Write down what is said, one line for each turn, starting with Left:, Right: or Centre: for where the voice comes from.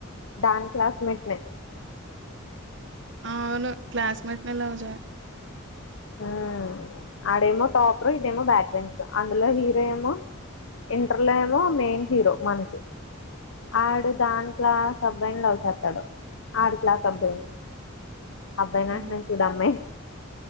Left: దాని క్లాస్మేట్ నే
Right: ఆ అవును క్లాస్మేట్ నే లావ్ జా
Left: హుమ్ ఆడేమో టాప్ ర్ ఇదేమో బ్యాక్ బెన్ంచ అందులో హీరో ఏమో ఇంటర్లో ఏమో మెయిన్ హీరో మనకి ఆడు దాని క్లాస్ అబ్బాయిని చేేస్తాడు ఆడు క్లాస్ అబ్బాయిని అబ్బాయ్
Right: చే
Left: నంటున్నాను చూడ అమ్మాయ్ న్